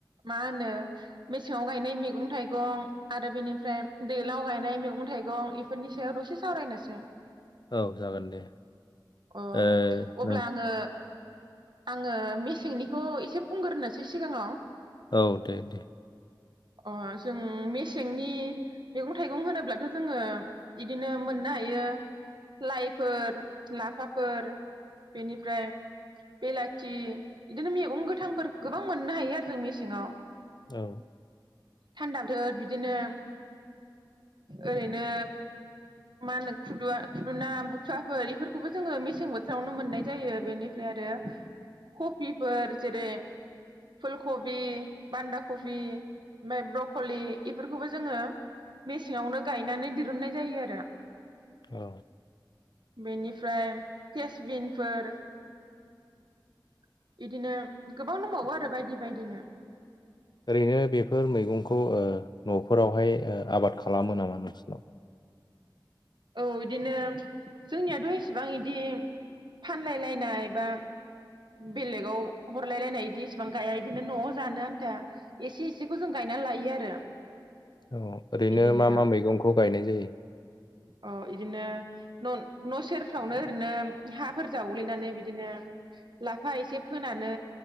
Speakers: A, on the right (about 65°); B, on the left (about 60°).
A: मा होनो मेसेङाव गायनाय मैगं थाइगं आरो बेनिफ्राय दैलां गायनाय मैगं थाइगं इफोरनि सायाव दसे सावरायनोसै
B: औ जागोन दे
A: अ
B: ओ
A: अब्ला
B: नों
A: आङो आङो मेसेंनिखौ एसे बुंग्रोनोसै सिगाङाव।
B: औ दे दे।
A: अ जों मेसेंनि मैगं थाइगं होनोब्लाथ' जोङो इदिनो मोननाय यो लाइ फोर लाफाफोर बेनिफ्राय बेलाथि इदिनो मैगं गोथांफोर गोबां मोननो हायो आरो जों मेसेङाव।
B: औ
A: थान्दा <inaudible> बिदिनो ओरैनो मा होनो खुदुवा खुदुना बु थुवाफोर इफोरखौबो जोङो मेसें बोथोरावनो मोननाय जायो बेनिफ्राय आरो कफिफोर जेरै फुल खबि, बान्दा कफि, ओमफ्राय ब्रकलि इफोरखौबो जोङो मेसेङावनो गायनानै दिरुननाय जायो आरो।
B: औ।
A: बेनिफ्राय तेसबिनफोर <inaudible> बिदिनो गोबां दंबावो आरो बायदि बायदिनो।
B: ओरैनो बेफोर मैगंखौ ओ नफोरावहाय ओ आबाद खालामो नामा नोंसिनाव?
A: औ इदिनो जोंनियाथ' इसेबां इदि फानलायलायनाय बा बेलेगाव हरलायलायनाय इदि इसिबां गाया इदिनो न'आव जानो आन्था एसे एसेखौ जों गायना लायो आरो।
B: औ ओरैनो
A: इदिनो
B: मा मा मैगंखौ गायनाय जायो?
A: अ इदिनो न' सेरफ्रावनो ओरैनो हाफोर जावग्लिनानै बिदिनो लाफा एसे फोनानै